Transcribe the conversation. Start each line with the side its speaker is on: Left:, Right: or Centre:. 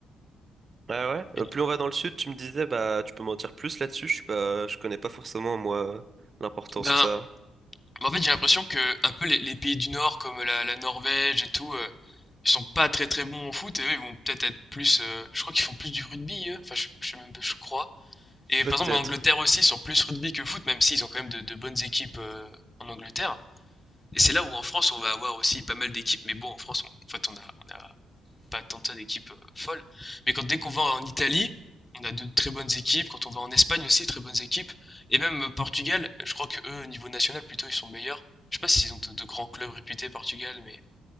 Right: Ah ouais.
Left: Et,
Right: Euh, plus on va dans le sud, tu me disais, bah, tu peux m'en dire plus là-dessus. Je suis pas, je connais pas forcément moi l'importance
Left: ben,
Right: que ça a.
Left: en fait, j'ai l'impression que un peu les, les pays du Nord, comme la, la Norvège et tout, euh, ils sont pas très très bons au foot et eux, ils vont peut-être être plus. euh, je crois qu'ils font plus du rugby, eux. Enfin, je, je sais même pas, je crois. Et
Right: Peut-être.
Left: par exemple, en Angleterre aussi, ils sont plus rugby que foot, même s'ils ont quand même de, de bonnes équipes euh, en Angleterre. Et c'est là où en France, on va avoir aussi pas mal d'équipes, mais bon, en France, on- en fait, on a, on a pas tant que ça d'équipes euh, folles. Mais quand, dès qu'on va en Italie, on a de très bonnes équipes. Quand on va en Espagne aussi, très bonnes équipes. Et même euh, Portugal, je crois que eux, au niveau national, plutôt, ils sont meilleurs. Je sais pas s'ils ont de, de grands clubs réputés, Portugal, mais.